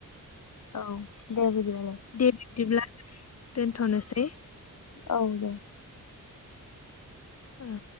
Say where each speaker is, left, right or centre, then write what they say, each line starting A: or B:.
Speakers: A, on the left; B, on the left.
A: औ दे बिदे
B: दे बिदिब्ला दोनथ'नोसै
A: औ दे
B: औ